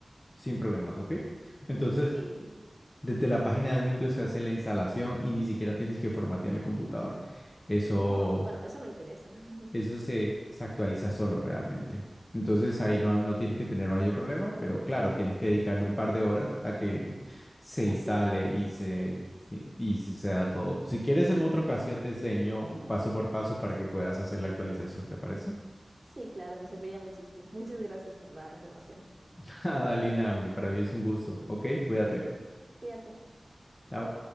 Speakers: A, on the left; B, on the right.
A: sin problemas, ¿ok? Entonces,
B: sí.
A: Desde la página de Windows se hace la instalación y ni siquiera tienes que formatear el computador. Eso,
B: Oh, bueno, eso me interesa. <laughs>
A: eso se, se actualiza solo realmente. Entonces ahí no, no tienes que tener mayor problema, pero claro, tienes que dedicarle un par de horas a que se instale
B: A que
A: y se,
B: sí,
A: y y se se da todo. Si quieres, en otra ocasión te enseño paso por paso para que puedas hacer la actualización, ¿te parece?
B: sí, claro, me serviría muchísimo. Muchas gracias por la información.
A: <laughs> Adalina, para mí es un gusto. Ok, cuídate.
B: Cuídate.
A: Chao.